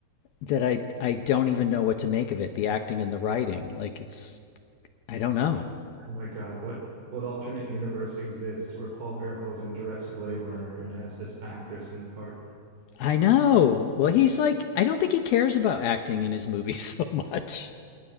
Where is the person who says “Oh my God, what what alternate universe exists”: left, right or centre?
Right